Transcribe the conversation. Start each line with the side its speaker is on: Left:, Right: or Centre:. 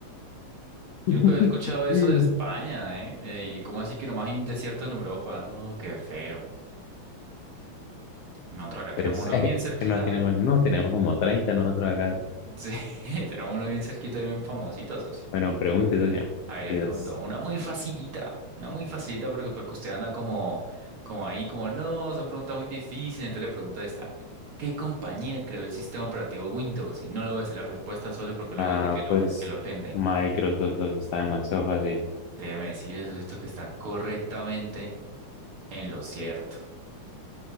Left: <laughs>
Right: Yo nunca había escuchado eso de España, ¿eh? Eh, ¿Y cómo así que nomás hay un desierto en Europa? No, qué feo. Nosotros acá tenemos
Left: Pues,
Right: uno
Left: eh,
Right: bien cerquita.
Left: no tenemos, no tenemos como 30 nosotros acá.
Right: Sí, <laughs> tenemos uno bien cerquita y bien famosito, socio.
Left: Bueno, pregunte, socio.
Right: A ver, le
Left: Dios.
Right: pregunto, una muy facilita, una muy facilita porque pues que usted anda como, como ahí, como no, son preguntas muy difíciles, entonces le pregunto esta, ¿qué compañía creó el sistema operativo Windows? Y no le voy a decir la respuesta, socio, porque luego
Left: Ah,
Right: dice que
Left: pues
Right: lo, que lo ofende.
Left: Microsoft socio, está demasiado fácil.
Right: Déjeme decirle, socio, que está correctamente en lo cierto.